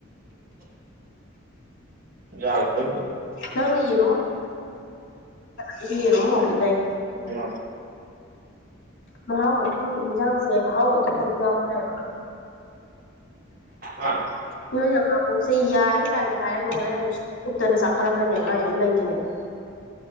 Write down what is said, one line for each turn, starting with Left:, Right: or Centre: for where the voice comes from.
Right: ꯖꯔꯈ
Left: ꯅꯪꯅ ꯌꯦꯔ ꯑꯩꯁꯨ ꯌꯦꯔꯣꯃ ꯍꯧꯒꯦ ꯇꯥꯏ
Right: ꯑ
Left: ꯃꯍꯥꯎ ꯑꯊꯨꯝ ꯌꯦꯟꯖꯥꯡꯁꯦ ꯑꯍꯥꯎ ꯑꯊꯨꯝ ꯑꯝꯇ ꯌꯥꯎꯈ꯭ꯔꯦꯕ
Right: ꯎꯝ
Left: ꯅꯣꯏ ꯌꯥ ꯀꯣꯛꯁꯦ ꯌꯥꯏ ꯀꯥꯏꯗ ꯍꯥꯏꯔꯒ ꯍꯣꯔꯦꯟ ꯎꯨꯞꯇꯅ ꯆꯥꯛꯈꯠꯂꯛꯀꯅꯦꯕ ꯃꯥꯏ ꯑꯃ ꯂꯩꯕꯅꯦꯕ